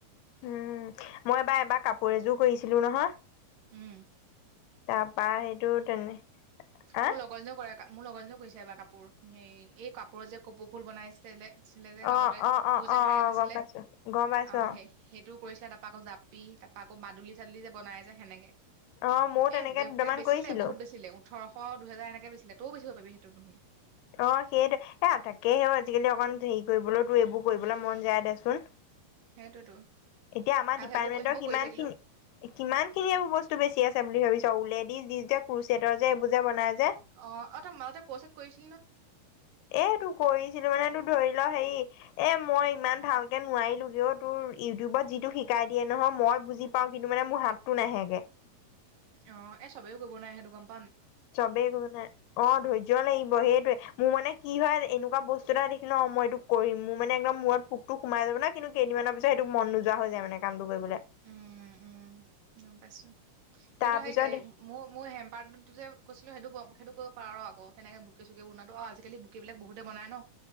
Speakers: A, on the left; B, on the right.
A: উম মইবাৰ এবাৰ কাপোৰ এযোৰ কৰিছিলো নহয়
B: উম,,
A: তাৰাপা সেইটো তেনে হ
B: মোৰ লগৰজনীও কৰে মোৰ লগৰজনীয়েও কৈছে এবাৰ কাপোৰ হ এই কাপোৰৰ যে কপৌ ফুল বনাইছিলে ছিলে
A: অ',
B: যে মাজতে
A: অ', অ',
B: বহুত যে
A: অ', অ',
B: ভাইৰেল হৈছিলে
A: গম পাইছো
B: অ
A: গম পাইছো অ',
B: সেই সেইটো কৰিছিলে তাৰপৰা আকৌ জাপি তাৰাপা আকৌ মাদুলী চাদুলি যে বনাই যে সেনেকে
A: অ মোৰ তেনেকে
B: এ
A: দুটামান
B: তাই বেচিলে
A: কৰিছিলো।
B: বহুতেছিলে ওঠৰশ দুহেজাৰ এনেকে তও বেছিব পাৰি সেইটো নহয়
A: অ সেইটো এ থাকেহে আজিকালি অকমান হেৰি কৰিবলৈ তোৰ এইবোৰ কৰিবলৈ মন যায় দেচোন
B: সেইটোতো
A: এতিয়া আমাৰ
B: আৰু
A: ডিপাৰ্টমেন্টৰ
B: সেইবোৰ সেইবোৰ
A: কিমান
B: কৰি থাকিলো
A: খিনি কিমান খিনি এইবোৰ বস্তু বেছি আছে বুলি ভাবিছ ওলেদি দি যে কুোচডৰ যে এইবোৰ যে বনাই যে
B: অ অ তই মতে কৌচেত কৈছিল
A: এ তো কৰিছিলো মানে তোৰ ধৰি ল হেৰি এ মই ইমান ভালকে নোৱাৰিলোগেও তোৰ ইউটিউবত যিটো শিকাই দিয়ে নহয় মই বুজি পাওঁ কিন্তু মোৰ হাতটো নাহেগে
B: অ এই চবেও কৰিব নোৱাৰাই সেইটো কাম
A: চবেই কৰিব নোৱাৰে অ ধৈৰ্য লাগিব সেইটোৱে মোৰ মানে কি হয় এনেকুৱা বস্তু এটা দেখিলো অ মই এইটো কৰিম মোৰ মানে একদম মূৰত পোকটো সোমাই যাব না কিন্তু কেইদিনমানৰ পিছত সেইটো মন নোযোৱা হৈ যায় মানে কামটো কৰিবলৈ
B: উম উম গম পাইছো কিন্তু
A: তাৰ পিছত
B: সেই মোৰ মোৰ হেম্পাৰ্ডটো যে কৈছিলো সেইটো কম সেইটো কৰিব পাৰ আৰু আকৌ হেনেকে বুকে চুকে বনাতো আও আজিকালি বুকে বিলাক বহুতে বনাই ন